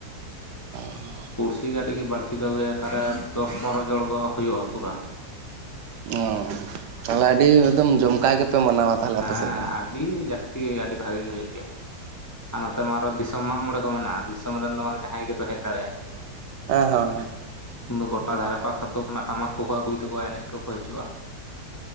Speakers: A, on the right; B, on the left.
A: <unintelligible>
B: ᱯᱩᱲᱥᱤ ᱜᱮ ᱟᱹᱰᱤ ᱜᱮ ᱵᱟᱹᱲᱛᱤ ᱠᱚ ᱟᱹᱜᱩᱭᱟ᱾ ᱚᱠᱟᱨᱮ ᱫᱚᱥ ᱯᱚᱱᱨᱚ ᱡᱚᱲ ᱜᱚ ᱦᱩᱭᱩᱜᱼᱟ ᱯᱩᱨᱟ᱾
A: ᱚ ᱛᱟᱦᱚᱞᱮ ᱟᱹᱰᱤ ᱮᱠᱫᱚᱢ ᱡᱚᱢᱠᱟᱣ ᱜᱮᱯᱮ ᱢᱟᱱᱟᱣᱟ? ᱛᱟᱦᱚᱞᱮ
B: ᱦᱮᱸ
A: ᱟᱯᱮ ᱥᱮᱫ ᱫᱚ
B: ᱟᱹᱰᱤ ᱡᱟᱹᱥᱛᱤ ᱜᱮ ᱟᱹᱰᱤ ᱵᱷᱟᱜᱤ ᱜᱮ ᱦᱩᱭᱩᱜ ᱜᱮᱭᱟ᱾ ᱟᱨ ᱱᱚᱛᱮ ᱢᱟ ᱟᱨᱚ ᱫᱤᱥᱚᱢ ᱢᱟᱜᱽ ᱢᱚᱬᱮ ᱠᱚ ᱢᱮᱱᱟᱜᱼᱟ᱾ ᱫᱤᱥᱚᱢ ᱨᱮᱱ ᱫᱚ ᱢᱟᱱᱮ ᱡᱟᱦᱟᱸᱭ ᱜᱮᱠᱚ ᱦᱮᱡ ᱫᱟᱲᱮᱭᱟᱜᱼᱟ᱾
A: ᱮᱸ ᱦᱚᱸ ᱦᱮᱸ᱾
B: ᱩᱱ ᱫᱚ ᱜᱚᱴᱟ ᱫᱷᱟᱨᱮ ᱯᱟᱥ ᱟᱛᱳ ᱠᱷᱱᱟᱜ ᱴᱟᱢᱟᱠ ᱠᱚᱠᱚ ᱟᱹᱜᱩᱭ ᱛᱟᱠᱚᱣᱟ ᱮᱱᱮᱡ ᱠᱚᱠᱚ ᱦᱤᱡᱩᱜᱼᱟ᱾